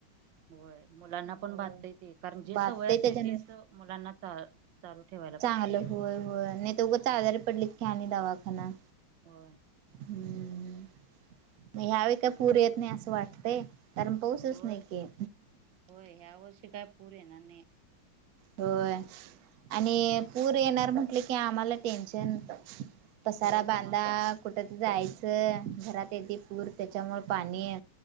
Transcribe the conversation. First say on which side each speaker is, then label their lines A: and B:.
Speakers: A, on the right; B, on the right.
A: होय मुलांना
B: हो
A: पण भातता य ते कारण जे
B: बाधतय
A: सवय असते
B: त्याच्यान
A: तेच मुलांनाच चालू ठेवा
B: चांगलं होय होय नाही तर उगंच आजारी पडलीत की आणि दवाखाना
A: हो
B: हम्म मग ह्यावे का पूर येत नाही असं वाटतय कारण पाऊसच
A: होय
B: नाही की
A: होय ह्या वर्षी काय पूर येणार नाही
B: हो आणि
A: हम्म
B: पूर येणार म्हटले की आम्हाला टेन्शन पसारा
A: होय तुम्हाला
B: बांधा कुठ जायचं घरात येते पूर त्याच्यामुळे पाणी